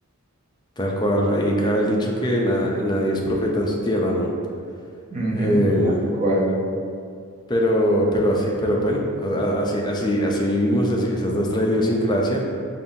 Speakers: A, on the left (about 20°); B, on the right (about 35°).
A: tal cual. Ahí cabe el dicho que na- nadie es profeta en su tierra, ¿no?
B: Ujú,
A: Em,
B: Tal cual.
A: pero, pero así, pero bueno, a- a- así, así, así vivimos, así, esa es nuestra idiosincrasia.